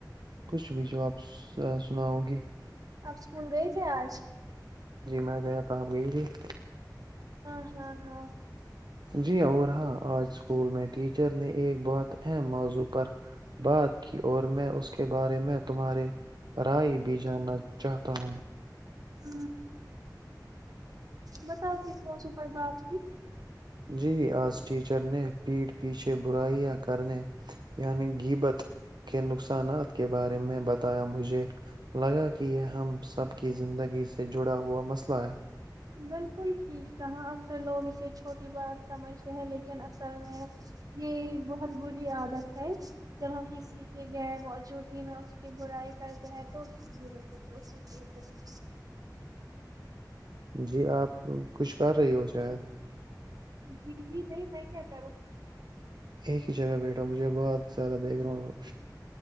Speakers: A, on the right; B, on the right.
A: کچھ بھی جو آاب سناؤگی
B: آپ اسکول گئے تھے آج
A: جی میں گیا تھا آپ گئی تھی
B: ہاں ہاں ہاں
A: جی اور ہاں آج اسکول میں ٹیچر نے ایک بہت اہم موضوع پر بات کی اور میں اس کے بارے میں تمہارے رائے بھی جاننا چاہتا ہوں
B: ہ بتاؤ کس موسم پر بات ہوئی
A: جی آج ٹیچر نے پیٹھ پیچھے برائیاں کرنے یعنی گبت کے نقصانات کے بارے میں بتایا مجھے لگا کہ یہ ہم سب کی زندگی سے جڑا ہوا مسئلہ ہے
B: بالکل ٹھیک کہاں اکثر لوگ اسے چھوٹی بات سمجھتے ہیں لیکن اصل میں یہ بہت بری عادت ہے جب ہم کسی کے غیر موجودگی میں اس کی برائی کرتے ہیں تو اس کی بھی بچت ہے اسی کی بت ہے
A: جی جی آپ کچھ کر رہی ہو شاید
B: جی جی نہیں میں کیا کروں
A: ایک ہی جگہ بیٹھا مجھے بہت زیادہ بیک گراؤنڈ ہو